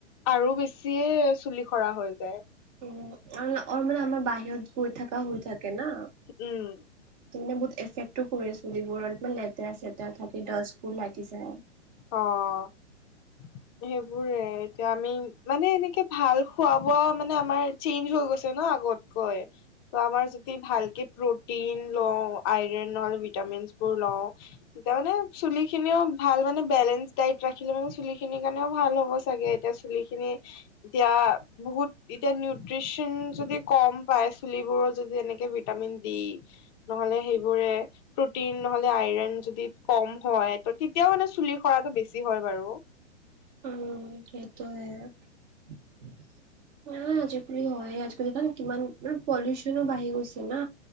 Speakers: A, on the left; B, on the right.
A: আৰু বেছিয়ে চুলি সৰা হৈ যায়।
B: উম মানে আমাৰ বাহিৰত গৈ থাকা হৈ থাকে না।
A: উম
B: ত' মানে বহুত এফেক্টো কৰে চুলিবোৰ অলপমান লেতেৰা চেতেৰা থাকে, ডাষ্টবোৰ লাগি যায়।
A: অ'। সেইবোৰে এতিয়া আমি মানে এনেকে ভাল খোৱা বোৱা মানে আমাৰ চেইঞ্জ হৈ গৈছে ন আগত। কয়- ত আমাৰ যদি ভালকে প্ৰটিন লও আইৰন নহলে ভিটামিনচ বোৰ লওঁ। তাৰ মানে চুলি খিনিও ভাল। মানে বেলেঞ্চ টাইপ ৰাখিলে মানে চুলি খিনিৰ কাৰণেও ভাল হ'ব চাগে এতিয়া চুলি খিনি। এতিয়া বহুত এতিয়া নিউট্ৰিচন যদি কম পায় চুলিবোৰো যদি এনেকে বি- ভিটামিন ডি - নহলে সেইবোৰে প্ৰটিন নহলে আইৰণ যদি কম হয় ত তেতিয়াও মানে। চুলি সৰাতটো বেছি হয় বাৰু।
B: উম সেইটোৱে - না আজিকালি হয় আজি কালি কিমান মান পলিউচনো বাঢ়ি গৈছে। না